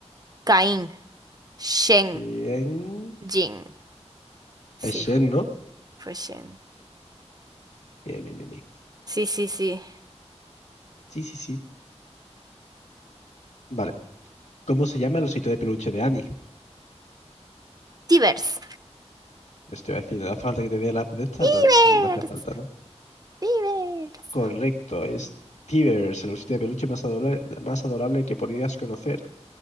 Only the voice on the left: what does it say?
Bien.
Es Shen,
¿no?
Bien, bien, bien, bien.
Sí, sí, sí. Vale. ¿Cómo se llama el osito de peluche de Annie?
Esto iba a decir, ¿hace falta que te dé la app de esta?
No, no hacía falta, ¿no?
Correcto, es Tivers, el osito de peluche más adorable, más adorable que podías conocer.